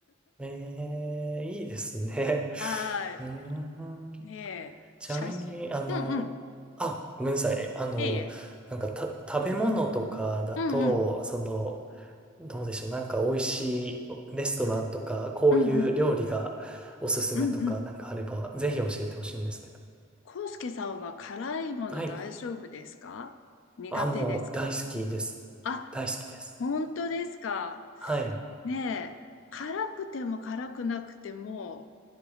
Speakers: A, in the centre; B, on the left (about 75°).
A: ええ、いいですね。
B: はい。
A: <laughs> うーん。
B: ねえ、
A: ちなみに、
B: 写真。
A: あの、
B: うんうん。
A: あ、ごめんなさい。あの、
B: いいえ。
A: なんかた、食べ物とかだと、
B: うんうん。
A: その、どうでしょう。なんか美味しいレストランとか、こういう料理がおすすめとか、
B: うんうん。うんうん。
A: なんかあれば、ぜひ教えてほしいんですけど。
B: 康介さんは辛いもの大丈夫ですか苦手ですか
A: はい。あ、もう大好きです。
B: あ、
A: 大好きです。
B: 本当ですか。
A: はい。
B: ねえ、辛くても辛くなくても、